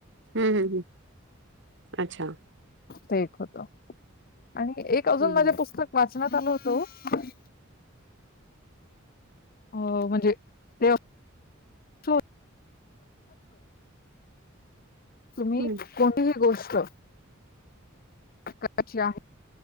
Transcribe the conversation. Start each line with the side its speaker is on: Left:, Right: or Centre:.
Right: हम्म हम् हम् अच्छा.
Left: ते एक होत आणि एक अजून
Right: हम्म
Left: माझे पुस्तक वा वाचण्यात आलं होत व्हं अ म्हणजे तेव <inaudible> तुम्ही
Right: हम्म
Left: कोणतीही गोष्ट हो. क आहे